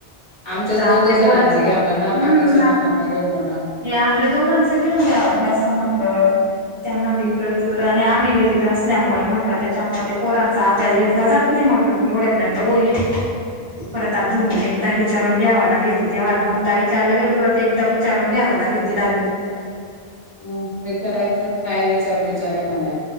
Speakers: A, on the left; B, on the right.
A: आमच्या
B: आपल्या
A: दोघ जणांना
B: पोरांचा
A: घ्या म्हणा
B: हम्म
A: बाकीच्याणना का घेऊ म्हणा.
B: हे आपल्या दोघांच जीवन घ्या वाटलं असं म्हटल. त्यांना बी इकडं तिकडं आणि आम्ही घरी असल्यामुळे म्हटलं त्याच्यामुळे ते पोरांचा अभ्यास घेतला जात. नाही म्हटलं मी एवढ्यापर्यंत बोलल परत अजून एकदाच. विचारून घ्यावा लाेल तेव्हा दोनदा विचारला गेलो परत एकदा विचारून घ्यावा लागेल तिला.
A: हम विचारायचं काय विचार बचारे मणाय.